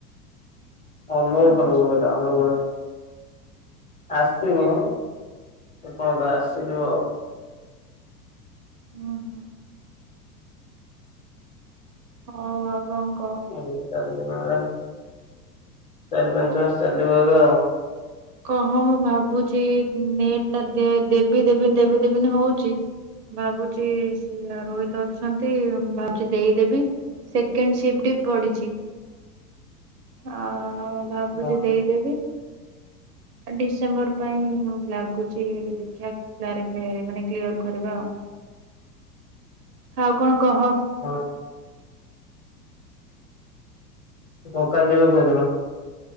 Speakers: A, on the left; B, on the right.
A: <unintelligible>
B: ଆଚ୍ଛା
A: ଆସିନି ଏପନ୍ତ ଆସିଯିବ ଆଉ।
B: ହୁ ହୁ ହଉ ଆଉ କଣ କହ?
A: ହୁ ଚାଲ। <unintelligible> ଚାରି ପାଞ୍ଚ ମାସ ଚାଲିବ ଏବେ ଆଉ।
B: କହ ମୁଁ ଭାବୁଛି ନେଟ ଟା ଦେବି ଦେବିନ ଦେବି ଦେବିନ ହଉଛି ଭାବୁଛି ସେ ରୋହିତ ଅଛନ୍ତି ମୁ ଭାବୁଛି ଦେଇଦବି ସେକେଣ୍ଡ ସିଫ୍ଟ ବି ପଡିଚି। ଆ ଆ। ହଁ ଭାବୁଛି
A: ହଁ
B: ଦେଇଦେବି। ଡିସେମ୍ବର ପାଇଁ ଲାଗୁଛି ଦେଖିବା କ୍ଲାରିଫାୟ ମାନେ କ୍ଲିୟର କରିବା ଆଉ। ଆଉ କଣ କହ?
A: ହଁ ପକ୍କା ଯିବ କୋଉଦିନ।